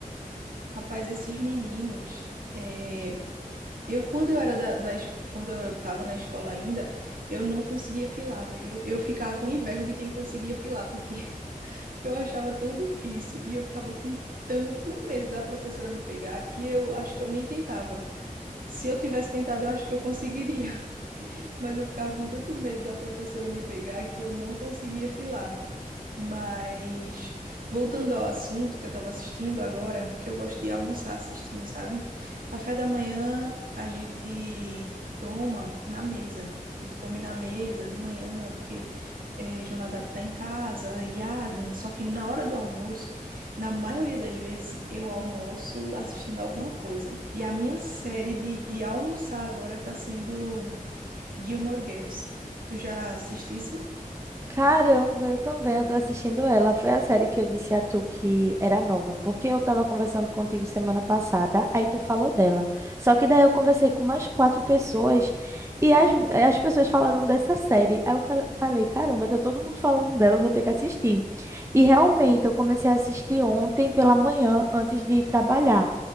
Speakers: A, on the right (about 75°); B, on the right (about 20°).
A: Rapaz, esses meninos, é, eu quando eu era da, da es- quando eu estava na escola ainda, eu não conseguia filar, véi. eu, eu ficava com inveja de quem conseguia filar, porque Eu achava tão difícil e eu ficava com tanto medo da professora me pegar que eu acho que eu nem tentava. Se eu tivesse tentado, eu acho que eu conseguiria, <laughs> mas eu ficava com tanto medo da professora me pegar que eu não conseguia filar. Mas voltando ao assunto que eu estava assistindo agora, porque eu gosto de almoçar assistindo, sabe? Café da manhã a gente toma na mesa. A gente come na mesa de manhã, porque eh, Jonadab está em casa e Adam. Só que na hora do almoço, na maioria das vezes, eu almoço assistindo alguma coisa. E a minha série de, de almoçar agora está sendo Gilmore Girls. Tu já assistisse?
B: Caramba, eu também, eu tô assistindo ela. Foi a série que eu disse a tu que era nova, porque eu tava conversando contigo semana passada, aí tu falou dela. Só que daí eu conversei com mais quatro pessoas e as, as pessoas falaram dessa série. Aí eu fal- falei, caramba, tá todo mundo falando dela, eu vou ter que assistir. E realmente, eu comecei a assistir ontem pela manhã, antes de ir trabalhar.